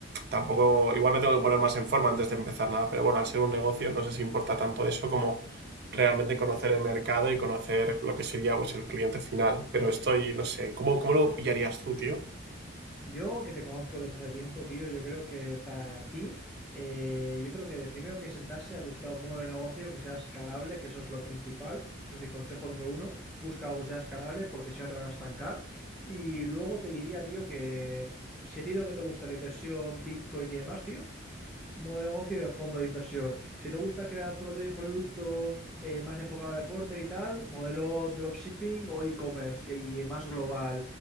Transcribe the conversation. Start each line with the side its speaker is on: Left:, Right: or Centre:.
Right: tampoco, igual me tengo que poner más en forma antes de empezar nada, pero bueno, al ser un negocio no sé si importa tanto eso como realmente conocer el mercado y conocer lo que sería pues el cliente final. Pero estoy, no sé, ¿cómo, cómo lo pillarías tú, tío?
Centre: Yo, que te conozco desde hace tiempo, tío, yo creo que para ti, eh, yo creo que de primero que sentarse a buscar un modelo de negocio que sea escalable, que eso es lo principal, eso es mi consejo número uno, busca algo que sea escalable porque si no te van a estancar. Y luego te diría, tío, que si a ti de lo que te gusta la inversión, Bitcoin y demás, tío, modelo de negocio de fondo de inversión. Si te gusta crear prode- producto eh, más enfocado a deporte y tal, modelo dropshipping o e-commerce y más global.